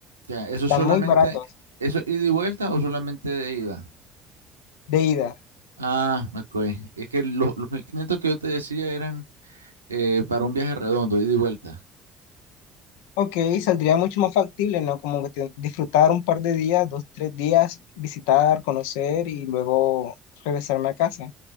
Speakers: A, on the right; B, on the left.
A: ya, eso
B: Están
A: solamente...
B: muy baratos
A: ¿Eso es ida y vuelta o solamente de ida?
B: de ida.
A: Ah, ok. Es que los, los 1.500 que yo te decía eran eh, para un viaje redondo, ida y vuelta.
B: Ok, saldría mucho más factible, ¿no? Como que te- disfrutar un par de días, dos, tres días, visitar, conocer y luego regresarme a casa.